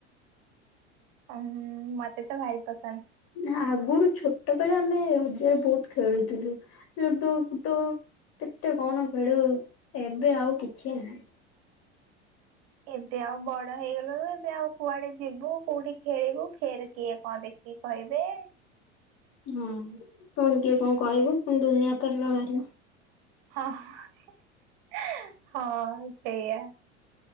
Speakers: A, on the right; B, on the left.
A: ଉଁ ମତେ ତ ଭାରି ପସନ୍ଦ।
B: ନା ଆଗରୁ ଛୋଟ ବେଳେ ଆମେ ଯୋଉ ବହୁତ ଖେଳୁଥିଲୁ। ଲୁଡୁ ଫୁଡୁ କେତେ କଣ ଖେଳୁ ଏବେ ଆଉ କିଛି ନାହିଁ।
A: ଏବେ ଆଉ ବଡ ହେଇଗଲୁଣୁ। ଏବେ ଆଉ କୁଆଡେ ଯିବୁ କୋଉଠି ଖେଳିବୁ ଫେର କିଏ କଣ ଦେଖିକି କହିବେ?
B: ହଁ ପୁଣି କିଏ କଣ କହିବ ଦୁନିଆ ପାଲା ବାହାରିବ।
A: ହଁ ହଁ ସେଇଆ।